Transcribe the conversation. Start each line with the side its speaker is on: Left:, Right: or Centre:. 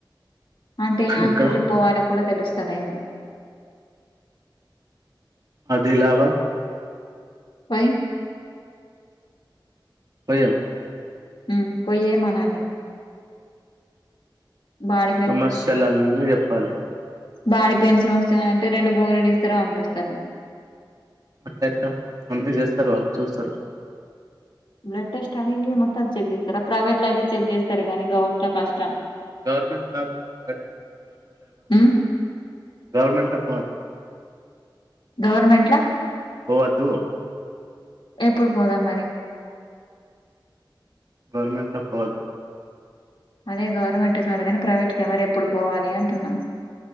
Left: అంటే హాస్పిటల్
Right: ఇక్కడ
Left: కి పోవాలని కూడా తెలుస్తు ఇంకనయం
Right: అది ఇలా ఇవ్వ
Left: పోయ్
Right: భయం
Left: ఊ పొయ్యి ఏమనాలి బాడీ
Right: సమస్యలన్నీ చెప్పాలి
Left: బాడి పెయిన్స్ వస్తాయంటే రెండు గోలీలు ఇస్తారు అంపిస్తరు
Right: అట్ట ఎట్ట అన్ని చేస్తారు వాళ్ళు చూస్తారు <inaudible>
Left: బ్లడ్ టెస్ట్ అవి ఇవి మొత్తం చెక్ చేస్తారు ప్రైవేట్ లో అయితే చెక్ చేస్తారు గానీ గౌట్ లో కష్టం
Right: గవర్నమెంట్ కాదు గవర్నమెంట్ లో ఎవ్వరు
Left: ఉమ్
Right: గవర్నమెంట్ లో పో
Left: గవర్నమెంట్ల
Right: పోవద్దు
Left: ఎప్పుడు పోదాంమరి
Right: గవర్నమెంట్ లో పోవద్దు
Left: అదే గవర్నమెంట్ కాదు కాని ప్రైవేట్ ఎవరు ఎప్పుడు పోవాలి అంటున్నా